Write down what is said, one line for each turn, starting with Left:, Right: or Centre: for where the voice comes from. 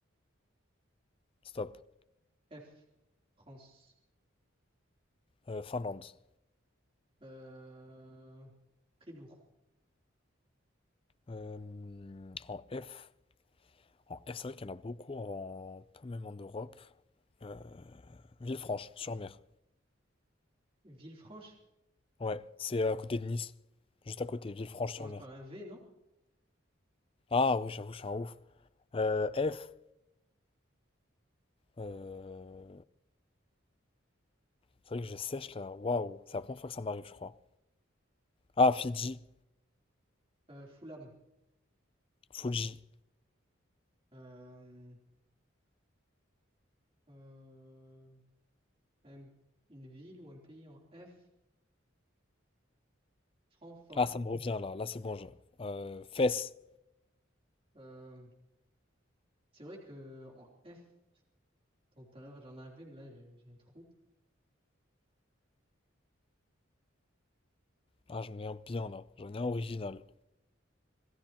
Left: stop.
Right: F, France,
Left: Euh, Finlande.
Right: euh, Fribourg,
Left: Euh, en F. En F, c'est vrai qu'il y en a beaucoup, en... pas même en Europe. Euh, Villefranche-sur-Mer.
Right: Villefranche.
Left: Ouais, c'est à côté de Nice. Juste à côté, Villefranche-sur-Mer.
Right: Ça commence par un V, non?
Left: Ah oui, j'avoue, je suis un ouf. Euh, F. euh, C'est vrai que je sèche là. Waouh, c'est la première fois que ça m'arrive, je crois. Ah, Fidji.
Right: Euh, Fulham.
Left: Fuji.
Right: Euh, euh, un- une ville ou un pays en F, Francfort.
Left: Ah, ça me revient là. Là, c'est bon. Je... Euh, fesses.
Right: Euh, c'est vrai que en F, tant tout à l'heure, j'en avais, mais là, j'ai j'ai un trou.
Left: Ah, j'en ai un bien là. J'en ai un original.